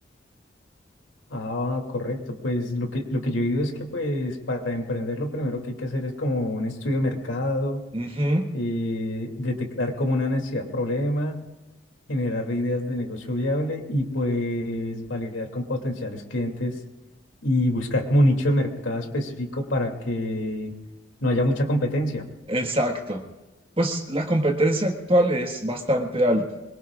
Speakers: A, on the left (about 85°); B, on the right (about 30°).
A: Ah, correcto, pues lo que, lo que yo digo es que pues para emprender lo primero que hay que hacer es como un estudio de mercado,
B: Ujú,
A: eh, detectar como una necesidad, problema, generar ideas de negocio viable y pues validar con potenciales clientes y buscar como un nicho de mercado específico para que no haya mucha competencia.
B: exacto. Pues la competencia actual es bastante alta.